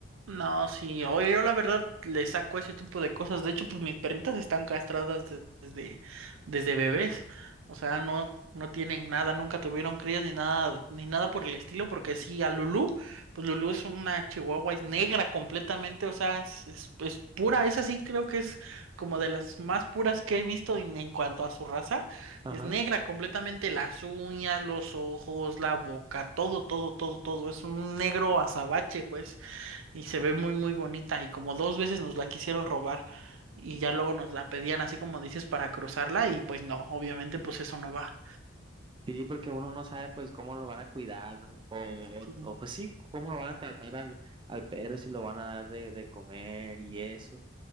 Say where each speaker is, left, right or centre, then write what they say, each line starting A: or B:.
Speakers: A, on the right; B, on the right.
A: No, sí, oye, yo la verdad le saco ese tipo de cosas. De hecho, pues mis perritas están castradas de- desde, desde bebés. O sea, no, no tienen nada, nunca tuvieron crías ni nada, ni nada por el estilo, porque sí, a Lulú, pues Lulú es una chihuahua, es negra completamente, o sea, es, es, es pura, esa sí creo que es como de las más puras que he visto en, en cuanto a su raza.
B: Ajá.
A: Es negra completamente, las uñas, los ojos, la boca, todo, todo, todo, todo. Es un negro azabache, pues y se ve muy muy bonita y como dos veces nos la quisieron robar y ya luego nos la pedían así como dices para cruzarla y pues no, obviamente pues eso no va.
B: Sí, porque uno no sabe pues cómo lo van a cuidar mm, o,
A: Sí.
B: o o, pues sí, cómo lo van a tratar al, al perro, si lo van a dar de, de comer y eso.